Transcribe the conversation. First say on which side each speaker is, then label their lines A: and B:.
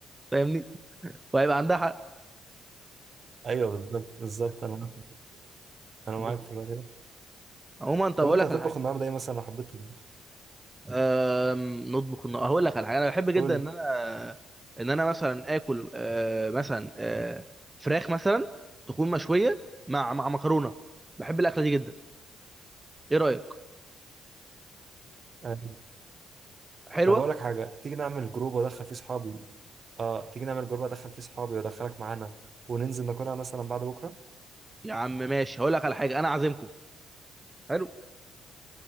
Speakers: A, on the right; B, on the right.
A: فاهمني وهيبقى عندها حق
B: ايوه بالظبط بالظبط انا معاك انا
A: بالظبط
B: معاك في الراي ده
A: عموما طب
B: طب
A: اقول
B: انت
A: لك
B: هتطبخ
A: على حاجه
B: النهارده ايه مثلا لو حبيت تطبخ
A: أم... نطبخ الن- هقول لك على حاجه انا بحب جدا
B: قول
A: ان
B: لي
A: انا ان انا مثلا اكل أه... مثلا أه... فراخ مثلا تكون مشويه مع مع مكرونه بحب الاكله دي جدا ايه رايك
B: آه.
A: حلوه
B: طب اقول لك حاجه تيجي نعمل جروب وادخل فيه صحابي اه تيجي نعمل جروب ادخل فيه صحابي وادخلك معانا وننزل ناكلها مثلا بعد بكره
A: يا عم ماشي هقول لك على حاجه انا عازمكم حلو